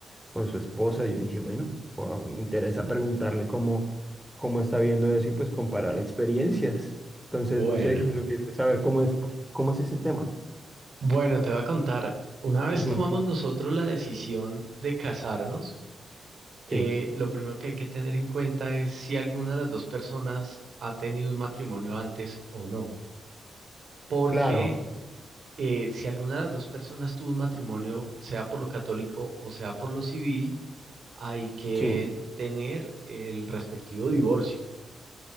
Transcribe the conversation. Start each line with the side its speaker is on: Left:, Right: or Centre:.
Centre: con su esposa. Yo dije, bueno, wow, me interesa preguntarle cómo, cómo está viendo eso y pues comparar experiencias. Entonces,
Right: Bueno,
Centre: no sé, lo que saber cómo es, cómo es ese tema.
Right: bueno, te voy a contar. Una vez
Centre: Ujú,
Right: tomamos nosotros la decisión de casarnos, eh,
Centre: Sí.
Right: lo primero que hay que tener en cuenta es si alguna de las dos personas ha tenido un matrimonio antes o no. Porque
Centre: Claro,
Right: eh, si alguna de las dos personas tuvo un matrimonio, sea por lo católico o sea por lo civil, hay que
Centre: sí,
Right: tener el respectivo divorcio.